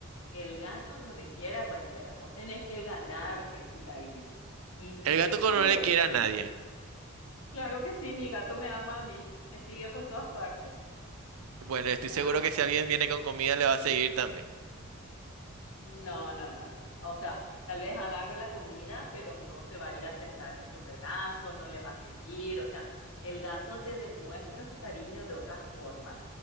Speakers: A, on the left; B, on the right.
A: El gato no le quiere a cualquiera. Vos tenés que ganarte su cariño. Y si
B: El
A: te
B: gato con
A: quiere,
B: no le
A: híjole.
B: quiere a nadie.
A: Claro que sí, mi gato me ama a mí, me sigue por todas partes,
B: Bueno, estoy
A: me
B: seguro
A: ama.
B: que si alguien viene con comida le va a seguir también.
A: No, no, no, no. O sea, tal vez agarre la comida, pero no se va a ir a sentar en su regazo, no le va a seguir. O sea, el gato te demuestra su cariño de otras formas,